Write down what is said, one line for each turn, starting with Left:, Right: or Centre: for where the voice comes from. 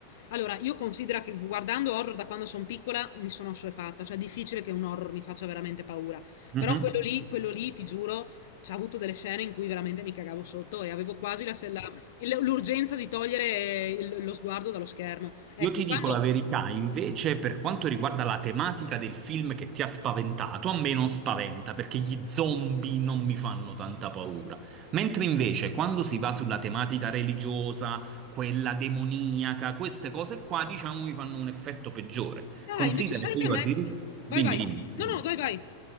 Left: Allora, io considero che guardando horror da quando sono piccola mi sono assuefatta, cioè è difficile che un horror mi faccia veramente paura.
Right: mhm.
Left: Però quello lì, quello lì, ti giuro, c'ha avuto delle scene in cui veramente mi cagavo sotto e avevo quasi la, la- il- l'urgenza di togliere il- lo sguardo dallo schermo. Ecco,
Right: Io ti dico
Left: quando...
Right: la verità, invece, per quanto riguarda la tematica del film che ti ha spaventato, a me non spaventa perché gli zombie non mi fanno tanta paura. Mentre invece, quando si va sulla tematica religiosa, quella demoniaca, queste cose qua, diciamo, mi fanno un effetto peggiore.
Left: Ah,
Right: Considera
Left: invece sai
Right: che
Left: che
Right: io
Left: a me...
Right: addirittura...
Left: Vai,
Right: Dimmi,
Left: vai.
Right: dimmi, scusa.
Left: No, no, vai, vai.